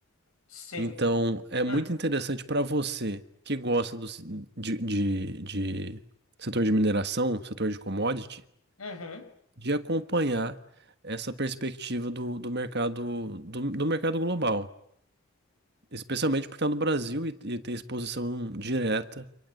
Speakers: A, on the left; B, on the right.
A: sim.
B: Então, é muito
A: Hum.
B: interessante para você que gosta do, ci- de, de, de setor de mineração, setor de commodity,
A: Uhum.
B: de acompanhar essa perspectiva do, do mercado do, do mercado global, especialmente por estar no Brasil e, e ter exposição direta